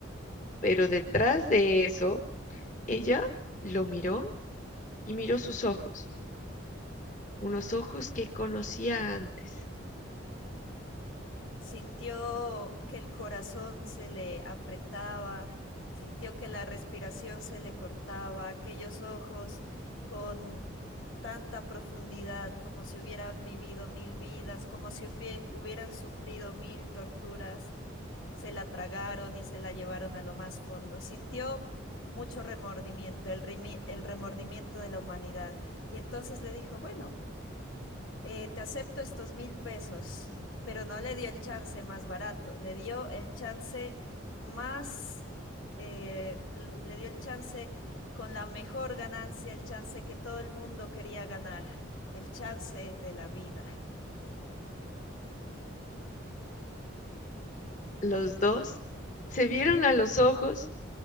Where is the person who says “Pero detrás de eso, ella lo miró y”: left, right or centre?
Left